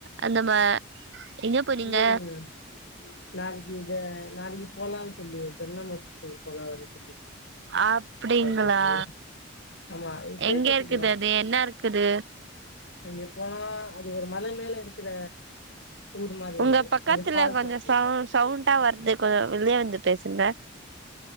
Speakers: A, on the right; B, on the left.
A: அந்த மா எங்க போனீங்க
B: ம் நாளைக்கு இத நாளைக்கு போலான்னு சொல்லி ஜம்னா மாத்தூர் போலான்னு
A: அப்டிங்களா
B: சொல்லி <unintelligible> ஆமா பேசிட்டு
A: எங்க இருக்குது
B: இருந்தோ
A: அது என்ன இருக்குது
B: அங்க போனா அது ஒரு மல மேல இருக்கிற ஊர் மாரி
A: உங்க
B: அது
A: பக்கத்துல
B: அங்க ஃபால்ஸ்
A: கொஞ்சம்
B: இருக்கு
A: சவு சவுண்டா வருது கொ வெளிய வந்து பேசுங்க